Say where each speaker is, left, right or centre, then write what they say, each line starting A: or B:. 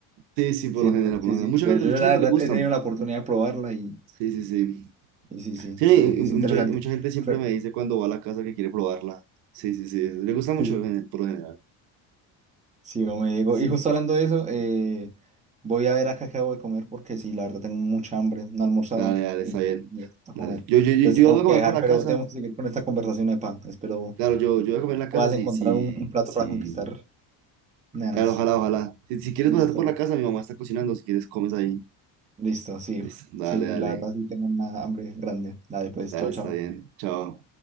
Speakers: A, on the right; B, on the right.
A: Sí, sí, por
B: siento.
A: lo general, por
B: Sí,
A: lo general.
B: sí,
A: Mucha
B: yo,
A: gente,
B: yo
A: mucha
B: la
A: gente
B: verdad
A: le gusta,
B: he tenido la oportunidad de probarla y,
A: Sí, sí, sí.
B: y sí, sí,
A: Sí, y-
B: eh,
A: y
B: es
A: mucha,
B: interesante.
A: y mucha gente siempre
B: Pero,
A: me dice cuando va a la casa que quiere probarla. Sí, sí, sí. Le gusta mucho
B: sí,
A: en el- por lo general.
B: sí, como me digo,
A: Sí.
B: y justo hablando de eso, eh, voy a ver acá qué hago de comer porque sí, la verdad tengo mucha hambre, no he almorzado
A: Dale, dale,
B: y
A: está bien.
B: necesito
A: Dale.
B: comer.
A: Yo, yo, yo,
B: Entonces
A: yo
B: te tengo
A: voy a
B: que
A: comer
B: dejar,
A: por la
B: pero
A: casa.
B: tenemos que seguir con esta conversación, Epa. Espero
A: Claro, yo, yo voy a comer en la casa
B: puedas
A: si,
B: encontrar
A: si,
B: un, un plato
A: si.
B: para conquistar, nenas.
A: Claro, ojalá, ojalá. Si, si quieres
B: Listo,
A: pasarte por la casa, mi mamá está cocinando. Si quieres, comes ahí.
B: listo, sí,
A: Listo. Dale,
B: sí, sí,
A: dale.
B: la verdad sí tengo una hambre grande. Dale, pues,
A: Dale,
B: chao, chao.
A: está bien. Chao.